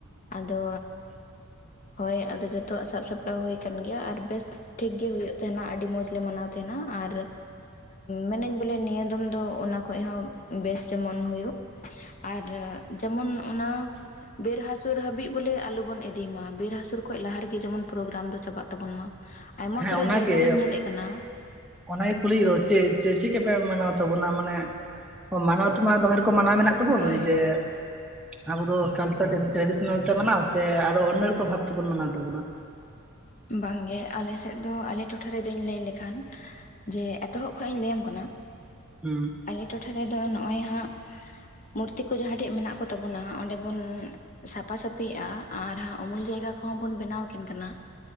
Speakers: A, on the left; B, in the centre.
A: ᱟᱫᱚ ᱦᱳᱭ ᱟᱫᱚ ᱡᱚ ᱛᱚᱣᱟᱜ ᱥᱟᱵ ᱥᱟᱯᱲᱟᱣ ᱦᱩᱭ ᱟᱠᱟᱱ ᱜᱮᱭᱟ ᱟᱨ ᱵᱮᱥ ᱴᱷᱤᱠ ᱜᱮ ᱦᱩᱭᱩᱜ ᱛᱟᱦᱮᱱᱟ ᱟᱹᱰᱤ ᱢᱚᱡᱽ ᱞᱮ ᱢᱟᱱᱟᱣ ᱛᱟᱦᱮᱸᱱᱟ, ᱟᱨ ᱢᱮᱱ ᱤᱧ ᱵᱚᱞᱮ ᱱᱤᱭᱟᱹ ᱫᱚᱢ ᱫᱚ ᱚᱱᱟ ᱠᱷᱚᱡ ᱦᱚᱸ ᱵᱮᱥ ᱡᱮᱢᱚᱱ ᱦᱩᱭᱩᱜ ᱾ ᱟᱨ ᱡᱮᱢᱚᱱ ᱚᱱᱟ ᱵᱮᱨ ᱦᱟᱹᱥᱩᱨ ᱦᱟᱹᱵᱤᱡ ᱵᱚᱞᱮ ᱟᱞᱚᱵᱚᱱ ᱤᱫᱤ ᱢᱟ, ᱵᱮᱨ ᱦᱟᱹᱥᱩᱨ ᱠᱷᱚᱡ ᱞᱟᱦᱟ ᱨᱮᱜᱮ ᱡᱮᱢᱚᱱ ᱯᱨᱳᱜᱨᱟᱢ ᱫᱚ ᱪᱟᱵᱟᱜ ᱛᱟᱵᱚᱱ ᱢᱟ, ᱟᱭᱢᱟ
B: ᱦᱮᱸ
A: ᱠᱚᱨᱮ
B: ᱚᱱᱟᱜᱮ
A: ᱡᱟᱭᱜᱟ ᱨᱤᱧ ᱧᱮᱞᱮᱫ ᱠᱟᱱᱟ ᱾
B: ᱚᱱᱟ ᱜᱮ ᱠᱩᱞᱤ ᱫᱚ, ᱪᱮ ᱪᱮᱫ ᱠᱟᱯᱮ ᱢᱟᱱᱟᱣ ᱛᱟᱵᱚᱱᱟ? ᱢᱟᱱᱮ ᱢᱟᱱᱟᱣ ᱫᱚ ᱢᱟ ᱫᱚᱢᱮ ᱠᱚ ᱢᱟᱱᱟᱣ ᱢᱮᱱᱟᱜ ᱛᱟᱵᱚᱱ
A: ᱦᱳᱭ
B: ᱾ ᱡᱮ
A: ᱦᱳᱭ
B: ᱟᱵᱚ ᱫᱚ ᱠᱟᱞᱪᱟᱨ ᱴᱨᱟᱰᱤᱥᱚᱱᱟᱞ ᱛᱮ ᱢᱟᱱᱟᱣ ᱥᱮ ᱟᱨᱚ ᱚᱱᱱᱚ ᱨᱚᱠᱚᱢ ᱵᱷᱟᱵ ᱛᱮᱵᱩᱱ ᱢᱟᱱᱟᱣ ᱛᱟᱵᱚᱱᱟ ᱾
A: ᱵᱟᱝᱜᱮ, ᱟᱞᱮ ᱥᱮᱫ ᱫᱚ ᱟᱞᱮ ᱴᱚᱴᱷᱟ ᱨᱮᱫᱚᱧ ᱞᱟᱹᱭ ᱞᱮᱠᱷᱟᱱ ᱡᱮ, ᱮᱛᱚᱦᱚᱵ ᱠᱷᱚᱱ ᱤᱧ ᱞᱟᱹᱭᱟᱢ ᱠᱟᱱᱟ ᱾
B: ᱦᱩᱸ ᱾
A: ᱟᱞᱮ ᱴᱚᱴᱷᱟ ᱨᱮᱫᱚ ᱱᱚᱜᱼᱚᱭ ᱦᱟᱸᱜ, ᱢᱩᱨᱛᱤ ᱠᱚ ᱡᱟᱦᱟᱸ ᱴᱷᱮᱡ ᱢᱮᱱᱟᱜ ᱠᱚᱛᱟᱵᱚᱱᱟ, ᱚᱸᱰᱮ ᱵᱚᱱ ᱥᱟᱯᱷᱟᱥᱟᱹᱯᱷᱤᱭᱜᱼᱟ ᱟᱨ ᱦᱟᱸᱜ ᱩᱢᱩᱞ ᱡᱟᱭᱜᱟ ᱠᱚᱦᱚᱸ ᱵᱚᱱ ᱵᱮᱱᱟᱣᱠᱤᱱ ᱠᱟᱱᱟ ᱾